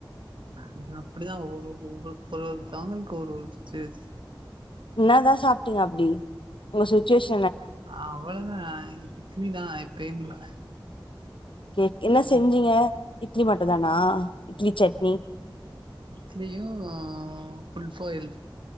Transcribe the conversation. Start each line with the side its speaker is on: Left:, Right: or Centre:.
Right: அது அப்புடிதா ஒரு ஒரு தவ்ங்களுக்கு ஒரு ஒரு சுச்சிவேஷன்
Left: என்னாதா சாப்ட்டீங்க அப்டி உங்க‌ சுச்சுவேஷ
Right: அவ்வளதா இட்லிதா எப்பயும் போல
Left: கேக் என்ன செஞ்சீங்க
Right: இட்
Left: இட்லி மட் டுதானா இட்லி சட்னி
Right: இட்லியு ஃபுல்ஃபாயில்